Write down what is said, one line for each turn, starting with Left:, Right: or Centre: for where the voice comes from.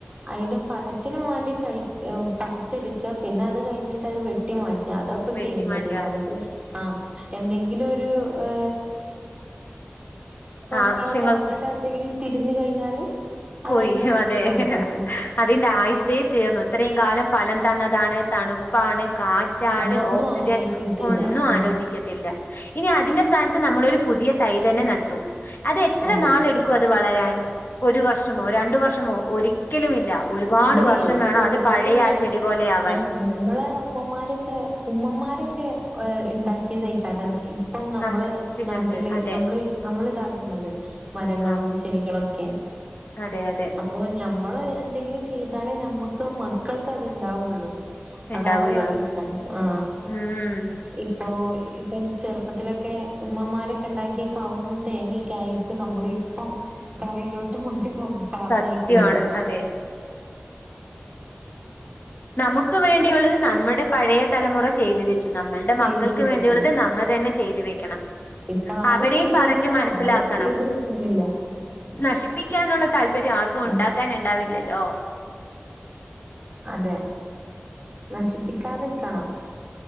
Right: അതിന്റെ ഫലത്തിന് വാണ്ടി കഴി ഉഹ് പറിച്ചെടുക്കുക പിന്നെ അത് കഴിഞ്ഞിട്ട് അത് വെട്ടി മാ ച്ച അതാപ്പൊ
Left: വെട്ടിമാറ്റുക
Right: ചെയ്യുന്നത് നമുക്ക് ആ എന്തെങ്കിലും ഒരു ഏ റോട്ടിലോട്ടോ
Left: ആവശ്യങ്ങൾക്ക്
Right: അങ്ങോട്ട് എന്തെങ്കിലും തിരുന്ന് കഴിഞ്ഞാല്
Left: പോയി
Right: അത് അയിനെ വെട്ടി
Left: അതെ
Right: മാറ്റാ
Left: അതിന്റെ ആയുസെ തീർന്നു ഇത്രയും കാലം ഫലം തന്നതാണ് തണുപ്പാണ് കാറ്റാണ്
Right: അതൊന്നും
Left: ഓക്സിജൻ
Right: ആലോചിച്ചിട്ടില്ല
Left: ഒന്നും
Right: ആഹ്
Left: ആലോചിക്കത്തില്ല ഇനി അതിന്റെ സ്ഥാനത് നമ്മൾ ഒരു പുതിയ തൈ തന്നെ നട്ടു അത് എത്ര
Right: അതെ
Left: നാൾ എടുക്കും അത് വളരാൻ ഒരു വ ർഷമോ രണ്ട് വർഷമോ ഒരിക്കലും ഇല്ല ഒരുപാട്
Right: ഇല്ലേ
Left: വർഷം
Right: എത്ര
Left: വേണം അത്
Right: ഒരുപാട്
Left: പഴയ ആ ചെടി പോലെ ആവാൻ
Right: ആ നമ്മളെ ഉമ്മമാരൊക്കെ ഉമ്മമാരൊക്കെ വേ ഉണ്ടാക്കിയതായിക്കാര ഇപ്പം നമ്മള്
Left: നമുക്ക് തിന്നത്
Right: നാട്ടില്
Left: അതെ
Right: നമ്മള് നമ്മള് ഇതാകുന്നത് മരങ്ങളും
Left: ആ
Right: ചെടികളൊക്കെ
Left: അതെ അതെ
Right: അപ്പൊ ഞമ്മൾ എന്തെങ്കിലും ചെയ്താലേ ഞമ്മക്കും മക്കൾക്ക് അത്ണ്ടാവുള്ളു
Left: ഉണ്ടാവുകയുള്ളൂ
Right: അതാതെ ആലോയിച ആ
Left: ഉം
Right: ഇപ്പൊ ഇപ്പൊ ചെറുപ്പത്തിലൊക്കെ ഉമ്മാരൊക്കെ ഉണ്ടാക്കിയ കവങ്ങും തേങ്ങൊക്കെ ആയിരിക്കും നമ്മൾ ഇപ്പം കറിയിലോ ഇറ്റൊക്കെ പറഞ്ഞു
Left: സത്യമാണ്
Right: ഒഴികുന്നത്
Left: അതെ നമുക്ക് വേണ്ടിയുള്ളത് നമ്മുടെ പഴയ തലമുറ ചെയ്തു വെച്ചു നമ്മളുടെ
Right: ചെയ്ത്
Left: മക്കൾക്ക്
Right: വെച്ചിട്ടാ
Left: വേണ്ടിയുള്ളത് നമ്മൾ തന്നെ ചെയ്തു വെ ണം
Right: ഇപ്പൊ ആര്
Left: അവരെയും
Right: ചെയ്തു
Left: പറഞ്ഞു
Right: വെച്ച
Left: മനസ്സിലാക്കണം
Right: ആരും ചെയ്തു വെക്കുന്നില്ല
Left: നശി പ്പിക്കാനുള്ള താല്പര്യം ആർക്കും
Right: ഉം
Left: ഉണ്ടാക്കാൻ ഉണ്ടാവില്ലല്ലോ
Right: അതെ നശിപ്പിക്കാതെരിക്കണം